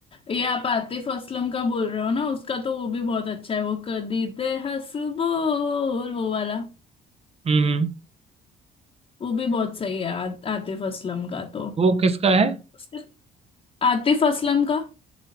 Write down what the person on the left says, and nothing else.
ये आप आतिफ असलम का बोल रहे हो ना उसका तो वो भी बहुत अच्छा है वो कदी ते हंस बोल वो वाला
वो भी बहुत सही है आ, आतिफ असलम का तो
उसके आतिफ असलम का